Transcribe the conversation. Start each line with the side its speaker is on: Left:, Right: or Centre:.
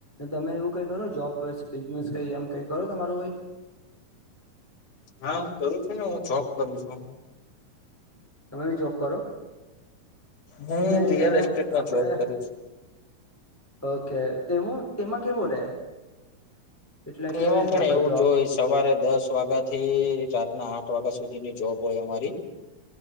Centre: તમે એવું કઈ કરો જોબ બિઝનેસ કઈ એમ કઈ કરો તમારું કઈ?
Left: હા કરું છું ને હું જોબ કરું છું.
Centre: તમે બી જોબ કરો?
Left: હું
Centre: ને
Left: રિયલ એસ્ટેટમાં
Centre: આપડે
Left: જોબ કરું છું.
Centre: ઓકે તે તેમાં કેવું રે? એટલે
Left: એમાં
Centre: કેવી રીતે
Left: પણ
Centre: આપણે
Left: એવું
Centre: જોબ
Left: જ હોય સવારે દસ વાગ્યા થી રાતના આઠ વાગ્યા સુધીની જોબ હોય અમારી.